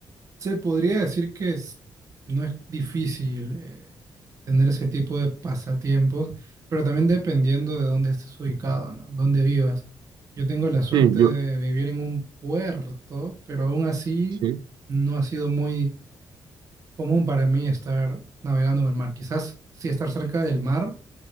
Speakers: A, on the right; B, on the right.
A: Se podría decir que es- no es difícil eh, tener ese tipo de pasatiempos, pero también dependiendo de dónde estés ubicado, ¿no? Dónde vivas. Yo tengo la suerte
B: Sí, yo,
A: de vivir en un puerto, pero aún así
B: sí.
A: no ha sido muy común para mí estar navegando en el mar. Quizás sí estar cerca del mar,